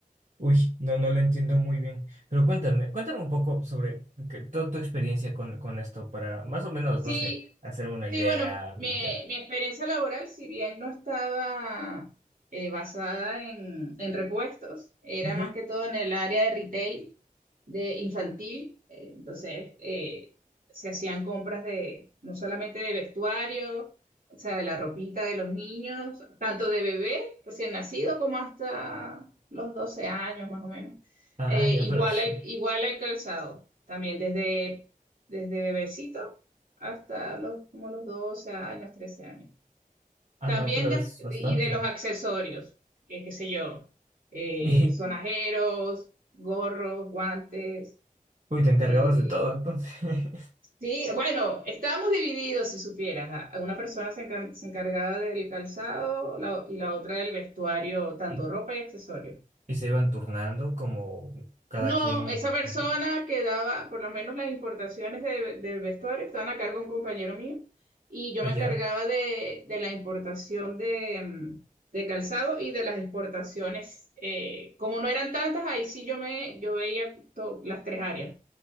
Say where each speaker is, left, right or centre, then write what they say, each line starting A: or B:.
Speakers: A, on the right; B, on the right.
A: uy, no, no lo entiendo muy bien. Pero cuéntame, cuéntame un poco sobre que- toda tu experiencia con, con esto para más o menos,
B: Sí,
A: no sé, hacerme una idea,
B: sí, bueno, mi,
A: plantear.
B: mi experiencia laboral, si bien no estaba eh, basada en, en repuestos, era
A: Ujú.
B: más que todo en el área de retail, de infantil. eh, entonces, eh, se hacían compras de no solamente de vestuario, o sea, de la ropita de los niños, tanto de bebé recién nacido como hasta los 12 años más o menos.
A: Ah,
B: Eh,
A: ya,
B: igual
A: pero es,
B: al, igual al calzado, también desde, desde bebecito hasta los, como los 12 años, 13 años.
A: ah,
B: También
A: no, pero
B: de
A: es
B: as- de-
A: bastante.
B: y de los accesorios, eh, qué sé yo, eh,
A: Y
B: sonajeros, gorros, guantes.
A: uy, te encargabas
B: eh,
A: de todo, entonces. <laughs>
B: sí, bueno, estábamos divididos, si supieras. A- a Una persona se, encan- se encargaba del calzado la o- y la otra del vestuario, tanto
A: Y,
B: ropa y accesorios.
A: y se iban turnando como cada
B: No,
A: quien
B: esa persona
A: de
B: que daba, por lo menos las importaciones de- del vestuario, estaban a cargo de un compañero mío y yo
A: allá.
B: me encargaba de, de la importación de, mm, de calzado y de las exportaciones. eh, como no eran tantas, ahí sí yo, me, yo veía to- las tres áreas,